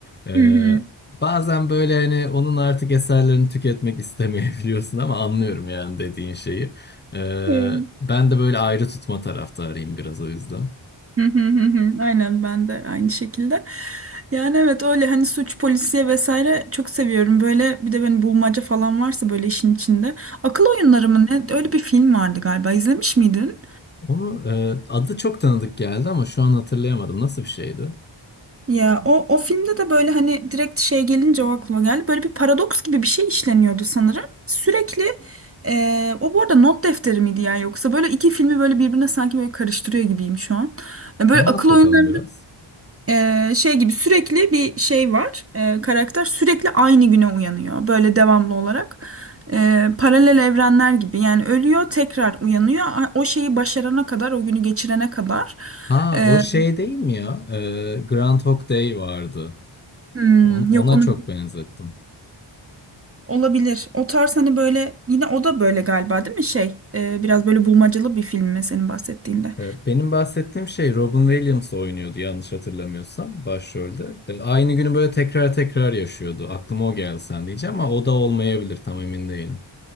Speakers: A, on the left; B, on the right.
A: E,
B: Hı hı.
A: bazen böyle hani onun artık eserlerini tüketmek istemeyebiliyorsun ama anlıyorum yani dediğin şeyi. E,
B: Evet.
A: ben de böyle ayrı tutma taraftarıyım biraz o yüzden.
B: Hı hı hı hı. Aynen ben de aynı şekilde. Yani evet öyle hani suç, polisiye vesaire çok seviyorum. Böyle bir de benim bulmaca falan varsa böyle işin içinde. Akıl oyunları mı ne? Öyle bir film vardı galiba. İzlemiş miydin?
A: Onu e, adı çok tanıdık geldi ama şu an hatırlayamadım. Nasıl bir şeydi?
B: Ya o o filmde de böyle hani direkt şey gelince o aklıma geldi. Böyle bir paradoks gibi bir şey işleniyordu sanırım. Sürekli e, o bu arada not defteri miydi ya yoksa böyle iki filmi böyle birbirine sanki böyle karıştırıyor gibiyim şu an. E, Böyle
A: Anlat
B: akıl
A: bakalım
B: oyunlarında
A: biraz.
B: e, şey gibi sürekli bir şey var. E, karakter sürekli aynı güne uyanıyor böyle devamlı olarak. E, paralel evrenler gibi yani ölüyor tekrar uyanıyor. O şeyi başarana kadar o günü geçirene kadar.
A: Ha
B: E,
A: o şey değil mi ya? E, Groundhog Day vardı.
B: hmm,
A: On- ona
B: yok onu
A: çok benzettim.
B: Olabilir. O tarz hani böyle yine o da böyle galiba değil mi şey? e, biraz böyle bulmacalı bir film mi senin bahsettiğinde?
A: E, benim bahsettiğim şey Robin Williams oynuyordu yanlış hatırlamıyorsam başrolde. E, aynı günü böyle tekrar tekrar yaşıyordu. Aklıma o geldi sen diyeceğim ama o da olmayabilir tam emin değilim.